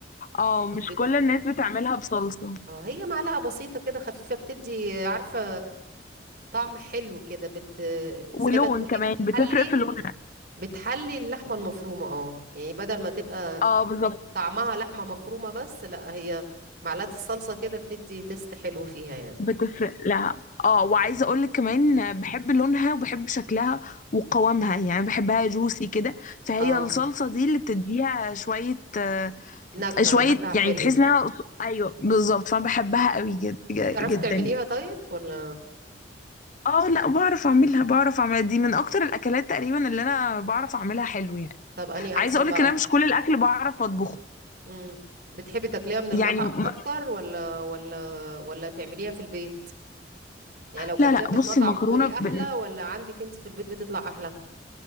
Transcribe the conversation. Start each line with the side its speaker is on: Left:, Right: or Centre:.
Left: اه مش
Right: بت...
Left: كل الناس بتعملها بصلصه
Right: اه هي معلقة بسيطة كده خفيفة بتدي عارفة طعم حلو كده بت زي
Left: ولون
Right: ما تقولي
Left: كمان
Right: بتحلي
Left: بتفرق في لونها
Right: بتحلي اللحمة المفرومة اه يعني بدل ما تبقى
Left: اه بالظبط
Right: طعمها لحمة مفرومة بس لا هي معلقة الصلصة كده بتدي تست حلو فيها يعني
Left: بتفرق لها اه وعايزه
Right: اه
Left: اقول لك كمان بحب لونها وبحب شكلها وقوامها يعني بحبها جوسي كده فهي
Right: اه
Left: الصلصه دي اللي بتديها شويه آه،
Right: نكهة
Left: شوية
Right: نكهة حلوة
Left: يعني تحس انها ايوه بالظبط فانا بحبها
Right: مم.
Left: قوي جد ج-
Right: بتعرفي
Left: جدا
Right: تعمليها
Left: يعني
Right: طيب ولا
Left: اه لا بعرف اعملها بعرف اعملها دي من اكتر الاكلات تقريبا اللي انا بعرف اعملها حلو يعني
Right: طب اني
Left: عايزه
Right: احسن
Left: اقولك
Right: بقى
Left: ان انا مش كل الاكل بعرف اطبخه
Right: امم بتحبي تاكليها من المطعم
Left: يعني م...
Right: اكتر ولا ولا ولا تعمليها في البيت يعني لو كلتيها
Left: لا لا
Right: في المطعم
Left: بصي المكرونه
Right: تقولي احلى
Left: ب...
Right: ولا عندك انت في البيت بتطلع احلى